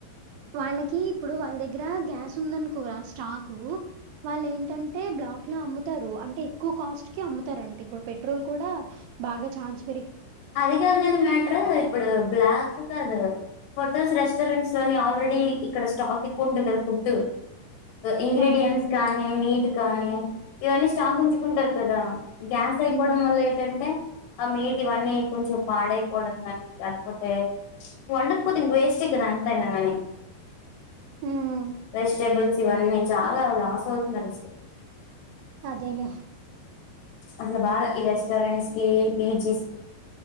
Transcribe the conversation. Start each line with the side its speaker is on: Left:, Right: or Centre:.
Right: వాళ్ళకి ఇప్పుడు వాళ్ళ దగ్గర గ్యాస్ ఉందనుకోరా స్టాక్ వాళ్ళ ఏంటంటే బ్లాక్ అట్లా అమ్ముతారు అంటే ఎక్కువ కాస్ట్ కి అమ్ముతారుంటే ఇప్పుడు పెట్రోల్ కూడా బాగా చార్జ్
Left: అది కాదు కాని మ్యాటర్ ఇప్పుడు బ్లాక్ కాదు హోటల్స్ రెస్టారెంట్స్ లోని ఆల్రెడీ ఇక్కడ స్టాక్ ఎక్కువ ఉంటుంది కదా ఫుడ్ ఇంగ్రీడియంట్స్
Right: ఆ
Left: కానీ మీట్ కానీ ఇవన్నీ స్టాక్
Right: ఉమ్
Left: ఉంచుకుంటారు కదా గ్యాస్ అయిపోవడం
Right: ఉమ్
Left: వల్ల ఏంటంటే ఆ మీట్ అవన్నీ కొంచెం పాడైపోవడం కానీ పోతే వండకపోతే వేస్ట్ ఏ అంతాన్నాంగానే
Right: ఉమ్
Left: వెజిటబుల్స్ ఇవన్నీ చాలా లాస్ అవుతున్నారు అసలు
Right: అదేలే
Left: అట్లా కాదు ఈ రెస్టారెంట్స్ కి పీజీస్